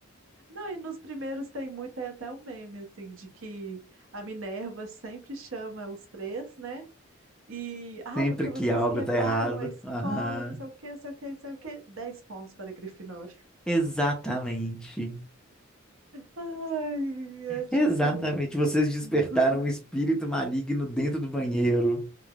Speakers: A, on the right; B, in the centre.
A: Não, e nos primeiros tem muito, tem até o meme, assim, de que a Minerva sempre chama os três, né? E, ah,
B: Sempre
A: porque vocês
B: que algo
A: quebraram
B: tá errado.
A: a escola,
B: Aham.
A: não sei o quê, não sei o quê, não sei o quê. Dez pontos para a Grifinória.
B: Exatamente.
A: Ai, é tipo...
B: Exatamente. Vocês
A: <laughs>
B: despertaram um espírito maligno dentro do banheiro.